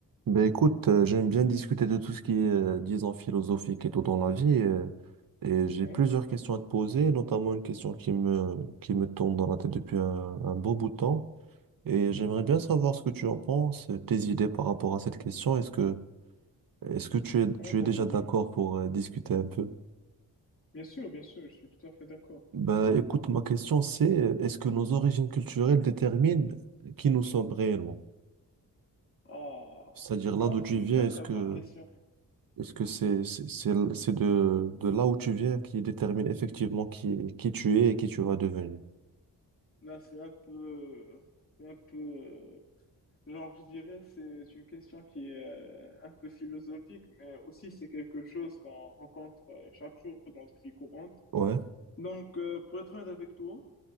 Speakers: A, on the right; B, on the left.
A: Ben écoute, euh, j'aime bien discuter de tout ce qui est, euh, disons, philosophique et tout dans la vie. euh, et j'ai
B: Ouais,
A: plusieurs questions à te poser, notamment une question qui me, qui me tourne dans la tête depuis un, un beau bout de temps. Et j'aimerais bien savoir ce que tu en penses, euh, tes idées par rapport à cette question. Est-ce que, est-ce que tu es,
B: ouais,
A: tu
B: vas-y,
A: es déjà d'accord
B: dis-moi.
A: pour euh, discuter un peu?
B: Bien sûr, bien sûr, je suis tout à fait d'accord.
A: Ben écoute, ma question c'est, euh, est-ce que nos origines culturelles déterminent qui nous sommes réellement?
B: Ah,
A: C'est-à-dire là
B: là,
A: d'où tu
B: c'est une
A: viens,
B: très
A: est-ce
B: très
A: que
B: bonne question.
A: Est-ce que c'est c'est c'est l- c'est de, de là où tu viens qui détermine effectivement qui, qui tu es et qui tu vas devenir?
B: Là, c'est un peu, c'est un peu, euh, genre, je dirais, c'est une question qui est euh, un peu philosophique, mais aussi c'est quelque chose qu'on rencontre euh, chaque jour dans notre vie courante.
A: Ouais,
B: Donc, euh, pour être honnête avec toi,